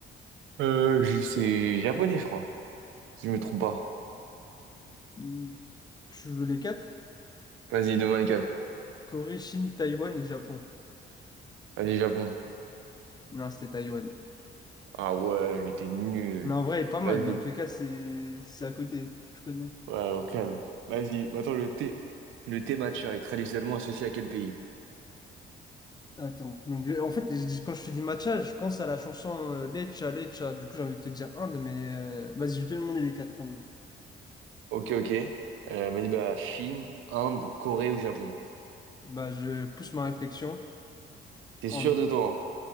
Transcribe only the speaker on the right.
Euh, je- c'est japonais, je crois, si je me trompe pas.
Vas-y, demain les quatre.
Vas-y, Japon.
Ah ouais, j'étais nul.
Vas-y.
Ouais, au calme. Vas-y. Attends, le thé. Le thé matcha est traditionnellement associé à quel pays?
Ok, ok. Euh, vas-y, bah, Chine, Inde, Corée ou Japon?
T'es
sûr de toi, hein?